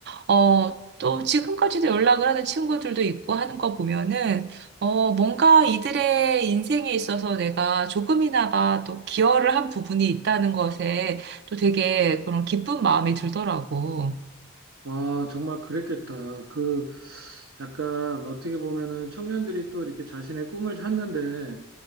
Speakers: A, on the right; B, on the right.
A: 어, 또 지금까지도 연락을 하는 친구들도 있고 하는 거 보면은, 어, 뭔가 이들의 인생에 있어서 내가 조금이나마 또 기여를 한 부분이 있다는 것에 또 되게 그런 기쁜 마음이 들더라고.
B: 아, 정말 그랬겠다. 그, 약간 어떻게 보면은 청년들이 또 이렇게 자신의 꿈을 찾는데